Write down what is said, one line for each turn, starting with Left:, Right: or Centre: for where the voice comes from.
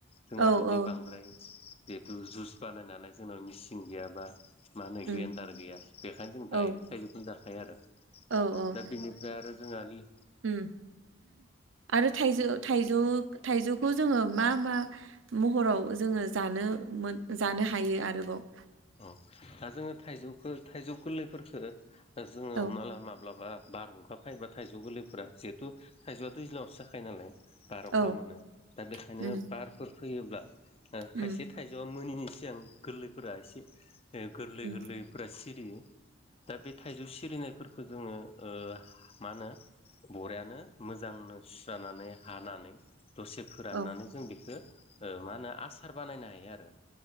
Left: जोंहा
Right: औ
Left: बिदि
Right: औ
Left: बांद्राय जिथु जुइस बानायनानो जोंनाव मेचिन गैयाबा मा होनो
Right: उम
Left: ग्रेन्डार गैया बेखायनो जों
Right: औ
Left: डाइरेक्ट थाइजौखौनो जाखायो आरो दा
Right: औ औ
Left: बिनिफ्राय आरो जोंहा लि-
Right: उम आरो थाइजौ-थाइजौ थाइजौखौ जोङो मा मा महराव जोङो जानो मोन जानो हायो आरोबाव?
Left: अ दा जोङो थाइजौखौ थाइजौ गोरलैफोरखौ जोङो
Right: औ
Left: माला-माब्लाबा बार हुंखाबखायोबा थाइजौ गोरलैफोरा जिहेथु थाइजौआथ' दैज्लांआवसो जाखायो नालाय बार
Right: औ
Left: अखा मोनो दा बेखायनो
Right: उम
Left: बारफोर फैयोब्ला
Right: उम
Left: खायसे थाइजौआ मोनिनि सिगां गोरलैफोरा एसे गोरलै-गोरलैफोरा
Right: उम
Left: सिरियो दा बे थाइजौ सिरिनायफोरखौ जोङो ओ मा होनो बरियानो मोजांनो सुस्रानानै हानानै दसे फोराननानै
Right: औ
Left: जों बेखौ अ मा होनो आसार बानायनो हायो आरो